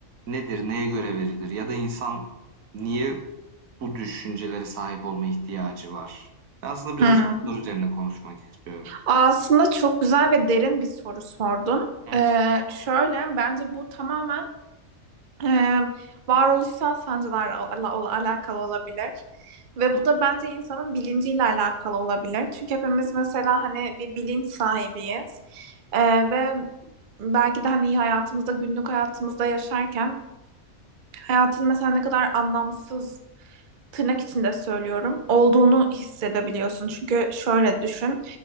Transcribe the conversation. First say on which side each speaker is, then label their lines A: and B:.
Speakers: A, on the right (about 75°); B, on the right (about 50°).
A: nedir, neye göre verilir ya da insan niye bu düşüncelere sahip olma ihtiyacı var? Ben aslında birazcık
B: Hmm.
A: bunlar üzerine konuşmak istiyorum.
B: Aslında çok güzel ve derin bir soru sordun.
A: Hı hı,
B: Ee, şöyle, bence bu tamamen e, varoluşsal sancılarla ala- ala- alakalı olabilir. Ve
A: hı
B: bu da bence insanın bilinciyle alakalı olabilir. Çünkü hepimiz mesela hani bir bilinç sahibiyiz. Ee, ve belki de hani hayatımızda, günlük hayatımızda yaşarken hayatın mesela ne kadar anlamsız tırnak içinde söylüyorum olduğunu hissedebiliyorsun. Çünkü şöyle düşün